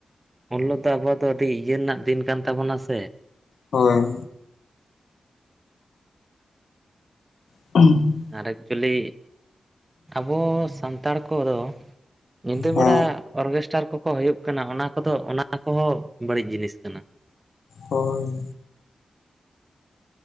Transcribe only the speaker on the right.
ᱩᱱᱦᱤᱞᱜ ᱫᱚ ᱟᱵᱚᱣᱟᱜ ᱫᱚ ᱟᱹᱰᱤ ᱤᱭᱟᱹ ᱨᱮᱱᱟᱜ ᱫᱤᱱ ᱠᱟᱱ ᱛᱟᱵᱚᱱᱟ ᱥᱮ
ᱟᱨ ᱮᱠᱪᱩᱭᱮᱞᱤ ᱟᱵᱚ ᱥᱟᱱᱛᱟᱲ ᱠᱚᱫᱚ ᱧᱤᱫᱟᱹ
ᱵᱮᱲᱟ ᱚᱨᱜᱮᱥᱴᱟᱨ ᱠᱚᱠᱚ ᱦᱩᱭᱩᱜ ᱠᱟᱱᱟ ᱚᱱᱟ ᱠᱚᱫᱚ ᱚᱱᱟ ᱠᱚᱦᱚᱸ ᱵᱟᱹᱲᱤᱡ ᱡᱤᱱᱤᱥ ᱠᱟᱱᱟ᱾